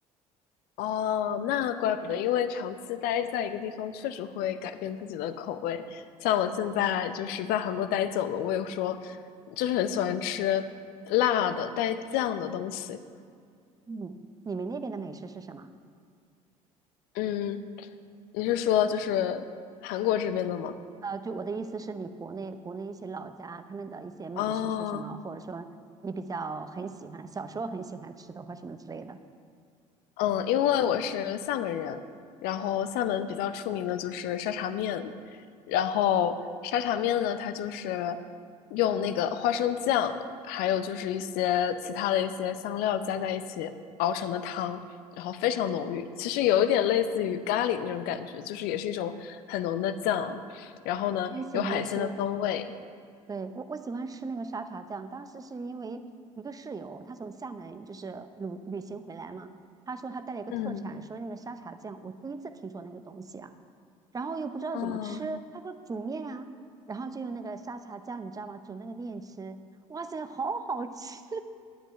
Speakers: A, on the left; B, on the right.
A: 哦，那怪不得，因为长期待在一个地方，确实会改变自己的口味。像我现在就是在韩国待久了，我也说，就是很喜欢吃辣的带酱的东西。
B: 嗯，你们那边的美食是什么？
A: 嗯，你是说就是韩国这边的吗？
B: 呃，就我的意思是你国内国内一些老家他们的一些美食是什么，
A: 哦
B: 或者说你比较很喜欢，小时候很喜欢吃的或什么之类的。
A: 嗯，因为我是厦门人，然后厦门比较出名的就是沙茶面，然后沙茶面呢，它就是用那个花生酱，还有就是一些其他的一些香料加在一起熬成的汤，然后非常浓郁，其实有一点类似于咖喱那种感觉，就是也是一种很浓的酱，然后呢有海鲜的风味，
B: 很喜欢吃，对，我我喜欢吃那个沙茶酱，当时是因为一个室友，他从厦门就是旅旅行回来嘛，他说他带了一个特产，
A: 嗯。
B: 说那个沙茶酱，我第一次听说那个东西啊，然后又不知道怎么吃，
A: 哦，
B: 他说煮面啊，然后就用那个沙茶酱，你知道吗？煮那个面吃，哇塞，好好吃！